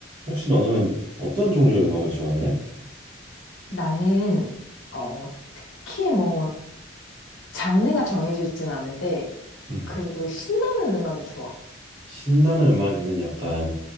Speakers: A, on the right; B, on the left.
A: 혹시 너는 어떤 종류의 음악을 좋아해?
B: 나는, 어, 특히 뭐, 장르가 정해져 있진 않은데,
A: 음.
B: 그래도 신나는 음악이 좋아.
A: 신나는 음악이면 약간